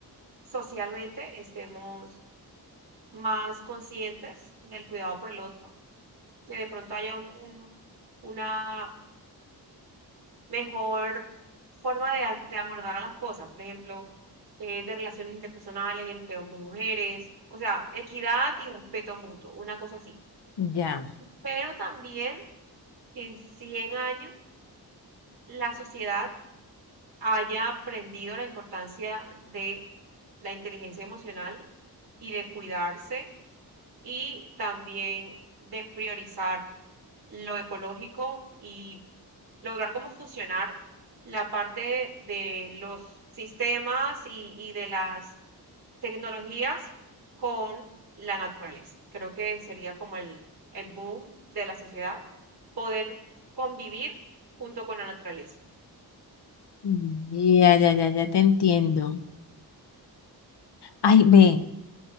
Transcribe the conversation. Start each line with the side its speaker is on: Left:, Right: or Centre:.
Right: socialmente estemos más conscientes del cuidado por el otro, que de pronto haya un- un- una mejor forma de, a- de abordar a las cosas, por ejemplo, eh, de relaciones interpersonales entre hombres y mujeres, o sea, equidad y respeto mutuo, una cosa así.
Left: Ya,
Right: Pero también que en 100 años la sociedad haya aprendido la importancia de la inteligencia emocional y de cuidarse y también de priorizar lo ecológico y lograr cómo funcionar la parte de los sistemas y, y de las tecnologías con la naturaleza. Creo que sería como el, el boom de la sociedad, poder convivir junto con la naturaleza.
Left: Mm, Ya, ya, ya, ya te entiendo. Ay, ve,